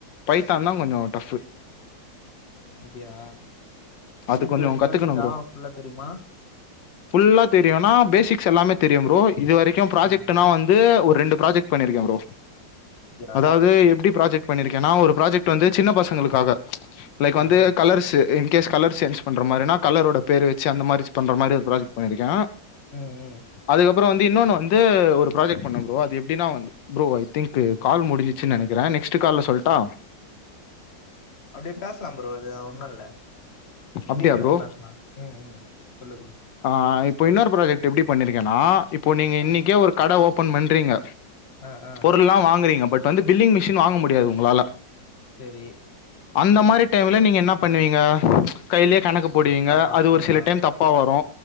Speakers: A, on the left; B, on the left.
A: பைத்தான் தா கொஞ்சோ டஃபு
B: அப்டியா சி
A: அது கொஞ்சோ
B: ப்ளஸ் ப்ளஸ்
A: கத்துக்கணு
B: ஜாவா
A: ப்ரோ
B: புல்லா தெரியுமா
A: ஃபுல்லா தெரியுனா பேசிக்ஸ் எல்லாமே தெரியு ப்ரோ இது வரைக்கோ ப்ராஜெக்ட்னா
B: ஆ ஆ
A: வந்து ஒரு ரெண்டு ப்ராஜெக்ட் பண்ணியிருக்கே ப்ரோ
B: அப்டியா
A: அதாவது எப்டி ப்ராஜெக்ட் பண்ணியிருக்கேன்னா ஒரு ப்ராஜெக்ட் வந்து சின்ன பசங்களுக்காக லைக் வந்து
B: ஆ ஆ
A: கலர்ஸ் கேஸ் கலர் சேஞ்ச் பண்ற மாதிரினா கலரோட பேர் வச்ச அந்த மாரி பண்ற மாதி ஒரு ப்ராஜெக்ட் பண்ணிருக்கே
B: ம் ம்
A: அதுக்கப்புறோ வந்து இன்னொன்னு வந்து ஒரு ப்ராஜெக்ட் பண்னே ப்ரோ அது எப்டினா வந் ப்ரோ ஐ திங்க் கால் முடிஞ்சுச்சு நினைக்கிறே நெக்ஸ்ட் கால்ல சொல்லட்டா
B: அப்படியே பேசலா ப்ரோ அது ஒண்ணு இல்ல முடிர்
A: அப்டியா
B: வரையு
A: ப்ரோ
B: பேசலா ம் ம் சொல்லு ப்ரோ
A: ஆ இப்போ இன்னொரு ப்ராஜெக்ட் எப்டி பண்ணிருக்கேன்னா இப்போ நீங்க
B: ஆ
A: இன்னைக்கே ஒரு கட ஓப்பன் பண்றீங்க
B: அ அ
A: பொருலா வாங்றிங்க பட் வந்து டில்லிங் மிஷின் வாங்க முடியாது உங்களால
B: தேரீ
A: அந்த மாரி டைம்ல நீங்க என்ன பண்ணுவீங்க கையிலே கணக்கு போடுவீங்க
B: ஆமா
A: அது ஒரு
B: ஆமா
A: சில டைம் தப்பா வறோ